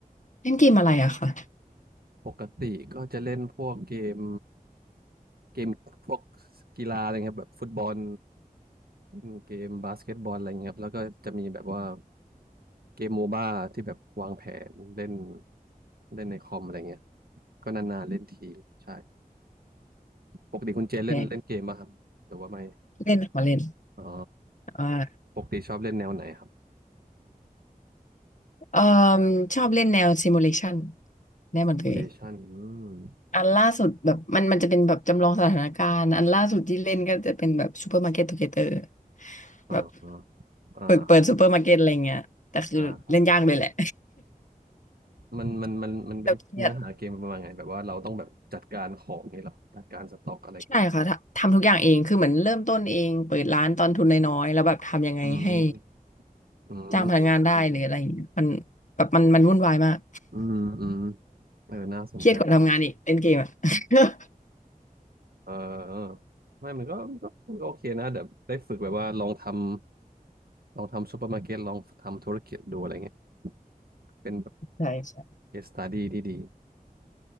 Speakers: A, on the left; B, on the right.
A: เล่นเกมอะไรอะค่ะ
B: ปกติก็จะเล่นพวกเกมเกมพวกกีฬาอะไรเงี้ยครับแบบฟุตบอลอืมเกมบาสเกตบอลอะไรเงี้ยครับแล้วก็จะมีแบบว่าเกมโมบ้าที่แบบวางแผนเล่นเล่นในคอมอะไรเงี้ยก็นานๆเล่นทีใช่ปกติคุณเจนเล่นเล่นเกมป่ะครับหรือว่าไม่
A: เล่นเล่นมาเล่น
B: อ๋อ
A: อ่า
B: ปกติชอบเล่นแนวไหนครับ
A: เอ่อชอบเล่นแนว simulation แน่เหมือนตัวเอง
B: Simulation อืม
A: อันล่าสุดแบบมันมันจะเป็นแบบจำลองสถานการณ์อันล่าสุดที่เล่นก็จะเป็นแบบ Supermarket Together
B: อ๋ออ๋อ
A: แบบ
B: อ่า
A: เปิดเปิดซูเปอร์มาร์เก็ตอะไรเงี้ยแต่คือเล่นยากเลยแหละ
B: อ่าครับมันมันมันมันเป็นเนื้อหาเกมประมาณไง
A: <laughs> แต่เครียด
B: แบบว่าเราต้องแบบจัดการของนี่เหรอจัดการสต็อกอะไรเงี้ย
A: ใช่ค่ะทำทำทุกอย่างเองคือเหมือนเริ่มต้นเองเปิดร้านตอนทุนน้อยๆแล้วแบบทำยังไงให้
B: อืมอืมเออน่าสนใจ
A: จ้างพนักงานได้หรืออะไรอย่างเงี้ยมันแบบมันมันวุ่นวายมาก
B: อืมอืมเออน่าสนใจ
A: เครียดกว่าทำงานอีกเล่นเกมอะ <laughs>
B: เออเออไม่มันก็มันก็มันก็โอเคนะเดี๋ยวได้ฝึกแบบว่าลองทำลองทำซูเปอร์มาร์เก็ตลองทำธุรกิจดูอะไรเงี้ยเป็นแบบ
A: ใช่ใช่
B: case study ที่ดี